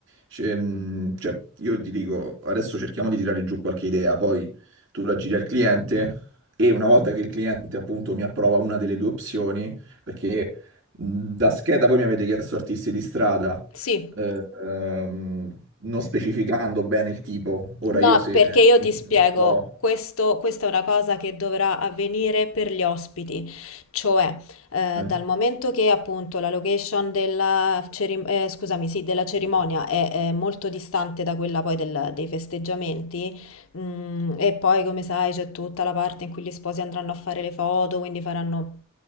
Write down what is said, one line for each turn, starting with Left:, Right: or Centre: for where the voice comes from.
Right: ce- mh, cioè, io ti dico, adesso cerchiamo di tirare giù qualche idea, poi tu la giri al cliente e una volta che il cliente, appunto, mi approva una delle due opzioni, perché mh, da scheda voi mi avete chiesto artisti di strada,
Left: Sì.
Right: eh, ehm, non specificando bene il tipo. Ora
Left: No,
Right: io se...
Left: perché
Right: eh,
Left: io
Right: un
Left: ti spiego,
Right: po',
Left: questo, questa è una cosa che dovrà avvenire per gli ospiti, cioè eh,
Right: eh,
Left: dal momento che appunto la location della, cerim- eh, scusami, sì, della cerimonia è, è molto distante da quella poi del- dei festeggiamenti, mm, e poi come sai c'è tutta la parte in cui gli sposi andranno a fare le foto, quindi faranno